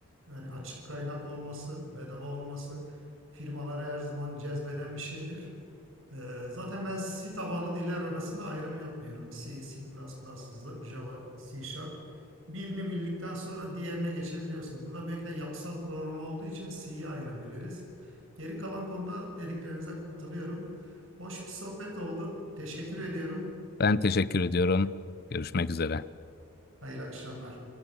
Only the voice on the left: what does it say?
Ben teşekkür ediyorum. Görüşmek üzere.